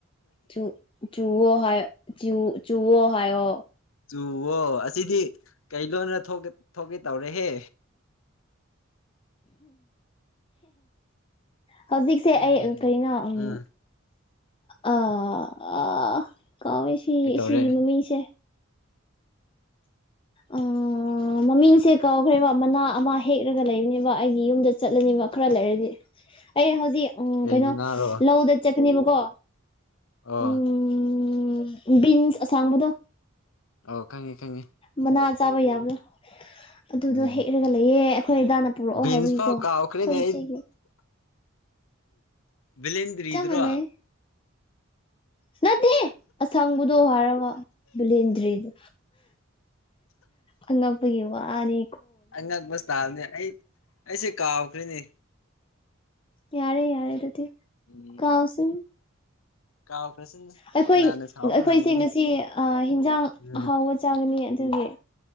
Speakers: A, on the left; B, on the left.
A: ꯆꯨ ꯆꯨꯋꯣ ꯍꯥꯏ ꯆꯨ ꯆꯨꯑꯣ ꯍꯥꯏꯌꯣ
B: ꯆꯨꯋꯣ ꯑꯁꯤꯗꯤ ꯀꯩ ꯂꯣꯟꯅꯊꯣꯛꯀꯦ ꯇꯧꯔꯦꯍꯦ
A: ꯍꯧꯖꯤꯛꯁꯦ
B: ꯍꯦ
A: ꯑꯩ
B: ꯍꯦ
A: ꯑ
B: ꯍꯦ
A: ꯀꯩꯅꯣ ꯑꯝ
B: ꯎꯝ
A: ꯑꯥ ꯑ ꯀꯥꯎꯋꯦ ꯁꯤ
B: ꯀꯩꯇꯧꯔꯦ
A: ꯁꯤꯒꯤ ꯃꯃꯤꯁꯦ ꯑ ꯑꯥ ꯃꯃꯤꯡꯁꯦ ꯀꯧꯈ꯭ꯔꯦꯕ ꯃꯅꯥ ꯑꯃ ꯍꯦꯛꯂꯒ ꯂꯩꯕꯅꯦꯕ ꯑꯩꯒꯤ ꯌꯨꯝꯗ ꯆꯠꯂꯅꯦꯕ ꯈꯔ ꯂꯩꯔꯗꯤ ꯑꯩ ꯍꯧꯖꯤꯛ ꯎꯝ
B: ꯀꯩ
A: ꯀꯩꯅꯣ
B: ꯃꯅꯥꯔꯣ
A: ꯂꯧꯗ ꯆꯠꯀꯅꯦꯕꯀꯣ
B: ꯑꯣ
A: ꯎꯝ ꯕꯤꯟꯁ ꯑꯁꯥꯡꯕꯗꯣ
B: ꯑꯣ ꯈꯪꯉꯤ ꯈꯪꯉꯤ
A: ꯃꯅꯥ ꯆꯥꯕ ꯌꯥꯕ꯭ꯔꯥ ꯑꯗꯨꯗꯣ
B: ꯎꯝ
A: ꯍꯦꯛꯔꯒ ꯂꯩꯑꯦ ꯑꯩꯈꯣꯏ ꯗꯥꯅ ꯄꯨꯔꯛꯑꯣ
B: ꯕꯤꯟꯁ
A: ꯍꯥꯏꯕꯒꯤꯀꯣ
B: ꯐꯥꯎ
A: ꯑꯩꯈꯣꯏ
B: ꯀꯥꯎꯈ꯭ꯔꯦꯅꯦ
A: ꯏꯆꯦꯒꯤ
B: ꯕꯤꯂꯦꯟꯗ꯭ꯔꯤ
A: ꯆꯞ
B: ꯑꯗꯨꯔꯣ
A: ꯃꯥꯟꯅꯩ ꯅꯠꯇꯦ ꯑꯁꯪꯕꯗꯣ ꯍꯥꯏꯔꯒ ꯕꯤꯂꯦꯟꯗ꯭ꯔꯤꯗ ꯑꯉꯛꯄꯒꯤ ꯋꯥꯅꯤ
B: ꯑꯉꯛꯄ ꯁꯇꯥꯏꯜꯅꯦ ꯑꯩ ꯑꯩꯁꯦ ꯀꯥꯎꯈ꯭ꯔꯦꯅꯦ
A: ꯌꯥꯔꯦ ꯌꯥꯔꯦ ꯑꯗꯨꯗꯤ
B: ꯎꯝ
A: ꯀꯥꯎ ꯁꯨꯝ
B: ꯀꯥꯎꯈ꯭ꯔꯁꯅꯨ
A: ꯑꯩꯈꯣꯏ
B: ꯀꯅꯥꯅ ꯁꯥꯎꯕ
A: ꯑꯩꯈꯣꯏꯁꯦ
B: ꯉꯝꯒꯅꯤ
A: ꯉꯁꯤ ꯑꯥ ꯍꯤꯟꯖꯥꯡ
B: ꯎꯝ
A: ꯑꯍꯥꯎ ꯆꯒꯅꯤ ꯑꯗꯨꯒꯤ